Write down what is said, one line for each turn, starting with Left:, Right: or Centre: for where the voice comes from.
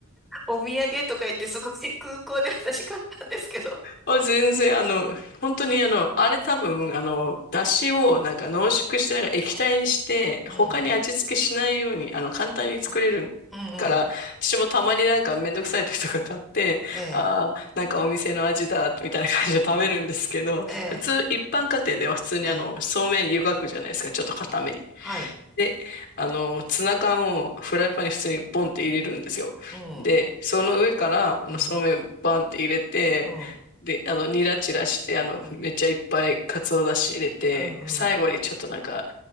Centre: お土産とか言ってすごい空港で私買ったんですけど。
Left: あ、全然、あの、本当にあの、あれ多分、あの、出汁をなんか濃縮して、なんか液体にして、
Centre: うん、
Left: 他に味付けしないように、あの、簡単に作れるから、
Centre: うん、うん。
Left: 私もたまになんかめんどくさい時とか買って、
Centre: ええ、
Left: ああ、なんかお店の味だ、みたいな感じで食べるんですけど、
Centre: ええ、
Left: 普通、一般家庭では普通にあの、
Centre: ええ。
Left: そうめん湯がくじゃないですか、
Centre: は、
Left: ちょっと固めに。
Centre: はい。
Left: で、あの、ツナ缶をフライパンに普通にポンって入れるんですよ。
Centre: うん、
Left: で、その上から、あの、
Centre: うん、
Left: そうめんバンって入れて、
Centre: うん、うん、
Left: で、あの、ニラチラして、あの、
Centre: うん、
Left: めっちゃいっぱい鰹だし入れて、
Centre: うん。
Left: 最後にちょっとなんか、